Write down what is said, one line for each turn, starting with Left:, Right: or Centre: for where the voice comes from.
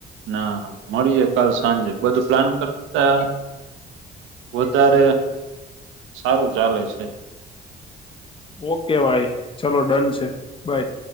Right: ના મળીએે કાલ સાંજે બધું પ્લાન કરતા વધારે સારું ચાલે છે.
Left: ઓકે ભાઈ ચલો ડન છે બાય.